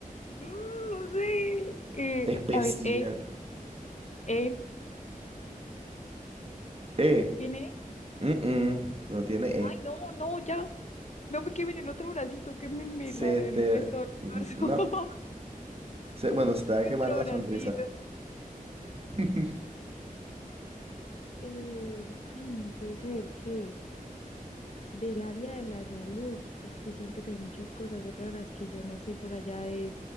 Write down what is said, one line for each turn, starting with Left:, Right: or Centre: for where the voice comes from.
Left: Mm, No sé. Eh,
Right: Especial.
Left: a ver, eh, eh,
Right: E.
Left: ¿tiene? E?
Right: Mm, mm, no tiene E.
Left: Ay, no, no, ya. No me quemen el otro bracito, quémenme
Right: Se
Left: la- el
Right: te...
Left: resto del
Right: No.
Left: torso. <laughs>
Right: Se- bueno, se te va
Left: Mi
Right: a quemar
Left: otro
Right: la
Left: bracito.
Right: sonrisa. <laughs>
Left: Eh, ay, no puede ser que del área de la salud, es que siento que hay muchas cosas raras que yo no sé por allá de